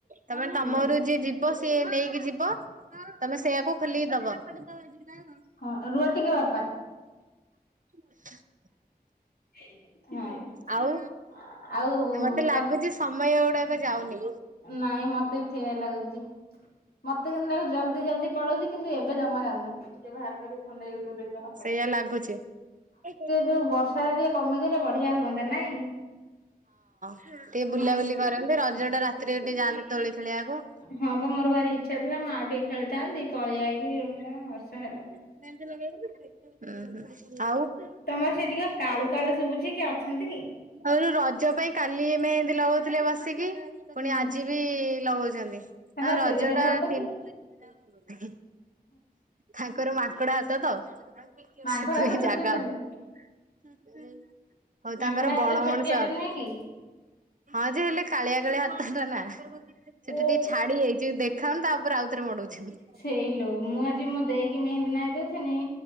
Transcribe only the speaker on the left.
ହଁ
ହଁ ରୁହ ଟିକେ ବାପା।
ହଁ--ଆଉ
ନାଇଁ ମତେ ବି ସେୟା ଲାଗୁଛି। ମତେ କିନ୍ତୁ ଲାଗୁଚି ଜଲଦି ଜଲଦି ପଳଉଛି କିନ୍ତୁ ଏବେ ଜମା ଯାଉନି। ଟିକେ ବାହାର କରିକି ୟୁଟୁବ ଦେଖିଦଉନ।
ଯୋଉ ବର୍ଷାଟା ଟିକେ କମିଗଲେ ବଢିଆ ହୁଅନ୍ତା ନାଇଁ
ହଁ
ହଁ ବା ମୋର ଭାରି ଇଚ୍ଛା ଥିଲା ମୁଁ ଆଉ ଟିକେ ଖେଳିଥାନ୍ତିି ପଳେଇ ଆଇଲିି ବର୍ଷା ହେଲା।
ତମର ସେଠିକା କାଳୁ କାଳୁ ଶୁଭୁଛି କିଏ ଅଛନ୍ତି କି?
ହୁଁ
ତାଙ୍କର
କେଡେ କେଡେ
ହାତ
କି
ମାଙ୍କଡ
ହାତ ଛୋଟିଆଟେ
ଲୋ।
ମାଙ୍କଡ
ହାତଟା
ଛୋଟିଆଟେ
ନୁହେଁ କି?
ଓ
ସେଇଲ ମୁଁ ଆଜି ମୋଦେଇକି ମେହେନ୍ଦୀ ନାଇ ଦଉଥିନି